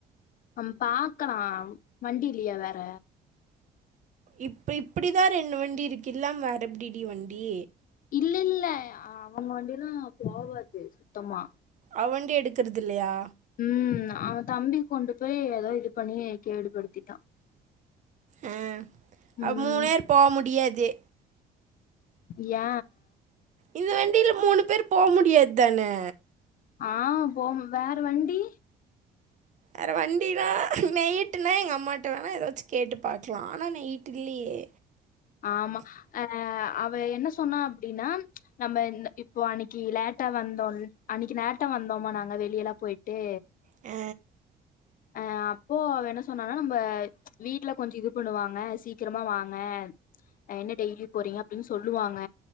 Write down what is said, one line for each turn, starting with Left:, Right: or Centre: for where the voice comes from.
Left: அம் பாக்கலா வண்டியிலியா வேற
Right: இப்ப இப்பிடிதா ரெண்டு வண்டி இருக்கில்லாம் வேற எப்டிடி வண்டி
Left: இல்ல இல்ல அவங்க வண்டியிலா போவாது சுத்தமா
Right: அவண்டி எடுக்கறதில்லையா
Left: ம் அவே தம்பி கொண்டு போய் எதோ இது பண்ணி கேடுபடுத்திட்டா
Right: அ
Left: ம்
Right: அப் மூனேர் போ முடியாதே
Left: ஏ
Right: இந்த வண்டில மூனு பேர் போ முடியாத்தானே
Left: ஆ போம் வேற வண்டி
Right: ஏற வண்டினா நைட்டுனா எங்க அம்மாட்ட வேணா எதாச்சு கேட்டு பாக்லா ஆனா நைட்டு் இல்லியே
Left: ஆமா அ அவெ என்ன சொன்னா அப்டினா நம்ம இந்த இப்போ அன்னைகி லேட்டா வந்தோல் அன்னைக்கி நேட்டா வந்தோமா நாங்க வெளியலாப் போயி்ட்டு
Right: அ
Left: அ அப்போ அ வெ என்ன சொன்னானா நம்ப வீட்ல கொஞ்சோ இது பண்ணுவாங்க சீக்கிரமா வாங்க அ என்ன டெய்லியுப் போறீங்க அப்டின் சொல்லுவாங்க